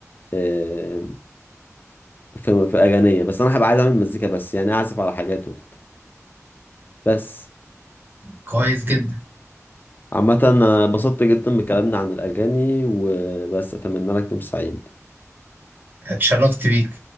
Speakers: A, on the left; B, on the right.
A: آه، في في اغانية بس انا هبقى عايز اعمل مزيكا بس يعني اعزف على حاجات وكده بس
B: كويس جدا
A: عامة أنا اتبسطت جدا بكلامنا عن الأغاني وبس أتمنى لك يوم سعيد
B: اتشرفت بيك